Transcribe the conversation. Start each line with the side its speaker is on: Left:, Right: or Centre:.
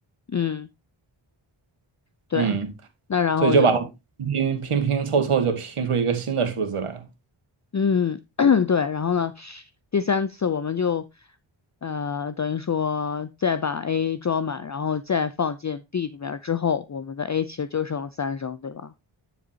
Left: 嗯，对，
Right: 嗯，
Left: 那然后就。
Right: 所以就把它拼拼拼凑凑就拼出一个新的数字来了。
Left: 嗯，<clears throat> 对，然后呢，第三次我们就，呃，等于说再把 A 装满，然后再放进 B 里面儿之后，我们的 A 其实就剩了三升，对吧？